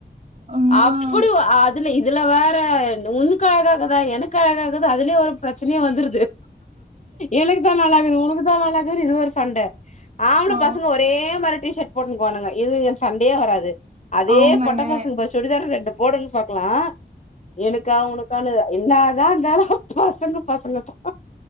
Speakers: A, on the right (about 40°); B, on the left (about 40°).
A: ம்
B: அப்புடு அதுல இது இதுல வேற உன்னுக்கு அழகாகதா என்னுக்கு அழகாககுது அதுலயே ஒரு பிரச்சனையே வந்துருது எனக்கு தா <unintelligible> இது ஒரு சண்ட ஆம்பள
A: ஆ
B: பசங்க ஒரே மாரி டீ ஷர்ட் போட்டுனுக்வானுங்க இதுங்க சண்டையே வராது அதே
A: ஆமாங்க
B: பொட்ட பசங்க பாரு சுடிதாரு ரெண்டு போடுங்க பாக்கலா எனக்கா உனக்கானு என்னாதான் இருந்தாலும் பசங்க பசங்க தான்